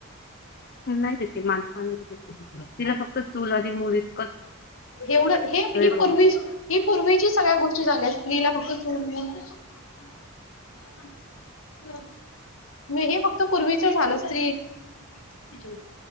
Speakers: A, on the left; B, on the left.
A: नाही देते ती मानपान नाही देते तिला फक्त चूल आणि मुली इतकं
B: एवढं हे ही
A: बस
B: पूर्वी ही पूर्वीची सगळ्या गोष्टी झाल्या स्त्रीला फक्त चूल मूल <unintelligible> <unintelligible> मी हे फक्त पूर्वीचं झालं तरी <unintelligible>